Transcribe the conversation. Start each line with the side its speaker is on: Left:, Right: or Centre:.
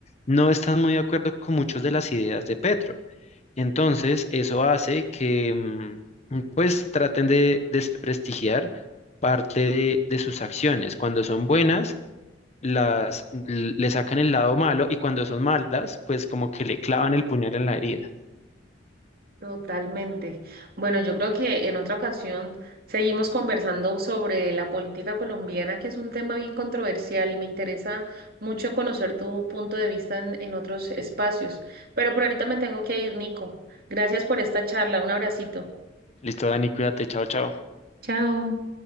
Left: no están muy de acuerdo con muchas de las ideas de Petro. Entonces, eso hace que mm, pues traten de desprestigiar parte de, de sus acciones. Cuando son buenas, las, le sacan el lado malo y cuando son malas, pues como que le clavan el puñal en la herida.
Right: Totalmente. Bueno, yo creo que en otra ocasión seguimos conversando sobre la política colombiana, que es un tema bien controversial y me interesa mucho conocer tu punto de vista en, en otros espacios. Pero por ahorita me tengo que ir, Nico. Gracias por esta charla. Un abracito.
Left: Listo, Dani, cuídate, chao, chao.
Right: Chao.